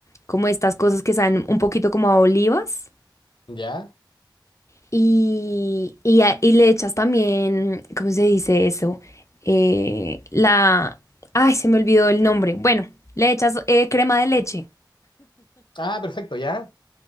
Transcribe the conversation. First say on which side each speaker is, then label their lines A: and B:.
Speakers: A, on the left; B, on the left.
A: como estas cosas que saben un poquito como a olivas
B: ¿Ya?
A: y, y, a- y le echas también, ¿cómo se dice eso? Eh, la... Ay, se me olvidó el nombre. Bueno, le echas eh, crema de leche.
B: Ah, perfecto, ya.